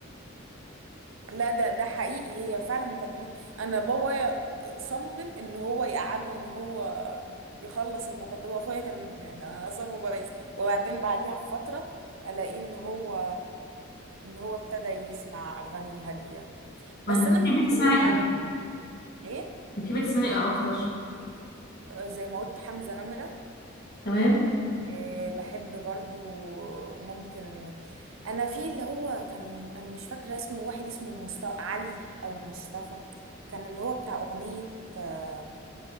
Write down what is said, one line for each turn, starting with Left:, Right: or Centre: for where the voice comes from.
Right: لا ده ده حقيقي هي فعلا مقدمات أنا بابا صمم إن هو يقعده إن هو يخلص المقدمة وأخويا كان يعني أعصابه بايظ وبعدين بعديها بفترة ألاقيه إن هو إن هو ابتدى يسمع أغاني هادية بس
Left: ما انت بتحبي
Right: أنا مش
Left: تسمعي
Right: هي فعلا
Left: ايه
Right: إيه
Left: بتحبي تسمعي ايه اكتر
Right: زي ما قلت حمزة نمرة
Left: تمام
Right: إيه، بحب برضو ممكن انا في اللي هو كان انا مش فاكرة اسمه واحد اسمه مست... علي او مصطفى كان اللي هو بتاع اغنية آه،